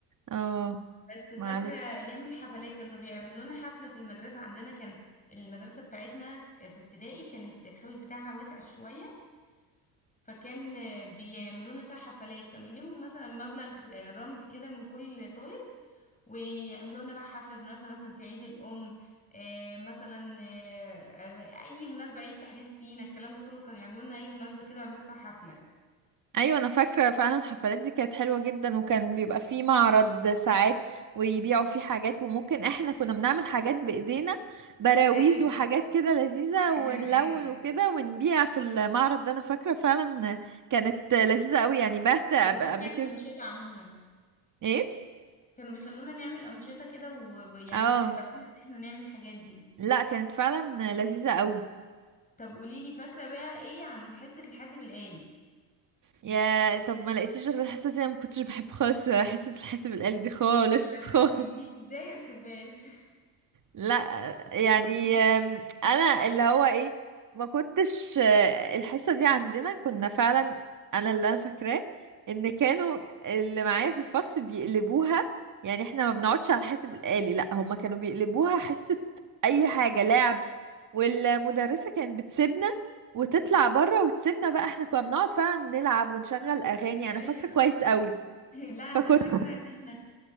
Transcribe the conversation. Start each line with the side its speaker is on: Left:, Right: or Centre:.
Right: اه
Left: بس فاكره
Right: معلش
Left: ايام الحفلات كانوا بيعملوا لنا حفله في المدرسه عندنا كان المدرسه بتاعتنا في ابتدائي كانت الحوش بتاعها واسع شويه فكان بيعملونا فيها حفلات كانوا يلموا مثلا مبلغ رمزي كده من كل طالب ويعملوا لنا بقى حفلة في مناسبة مثلا في عيد الأم آه، مثلا آه، آه، أي مناسبة عيد تحرير سينا الكلام ده كله كانوا يعملوا لنا أي مناسبة كده يعملوا فيها حفلة
Right: ايوه انا فاكره فعلا الحفلات دي كانت حلوه جدا وكان بيبقى فيه معرض ساعات ويبيعوا فيه حاجات وممكن احنا كنا بنعمل حاجات بايدينا براويز
Left: ايوه
Right: وحاجات كده لذيذه
Left: <laughs>
Right: ونلون
Left: ايوه
Right: وكده ونبيع في المعرض ده انا فاكره فعلا كانت لذيذه قوي يعني بعت قبل
Left: لو خلونا
Right: قبل
Left: نعمل
Right: كده
Left: أنشطة عموما
Right: ايه
Left: كانوا بيخلونا نعمل أنشطة كده و- ويعني
Right: اه
Left: بيشجعونا إن احنا نعمل الحاجات دي
Right: لا كانت فعلا لذيذه قوي
Left: طب قوليلي فاكرة بقى إيه عن حصة الحاسب الآلي؟
Right: يا طب ما لقيتيش غير الحصة دي انا ما كنتش بحب خالص حصة الحاسب الآلي دي خالص
Left: لا
Right: <laughs> خالص
Left: دي دي ازاي ما تحبهاش
Right: لا يعني أم، انا اللي هو ايه ما كنتش أه، الحصة دي عندنا كنا فعلا انا اللي انا فاكراه ان كانوا اللي معايا في الفصل بيقلبوها يعني احنا ما بنقعدش على الحاسب الآلي لا هما كانوا بيقلبوها حصة اي حاجة لعب والمدرسة كانت بتسيبنا وتطلع بره وتسيبنا بقى احنا كنا بنقعد فعلا نلعب ونشغل اغاني
Left: <laughs> ايوه
Right: انا فاكره كويس قوي
Left: <laughs> لا انا
Right: فكنت
Left: فاكره ان احنا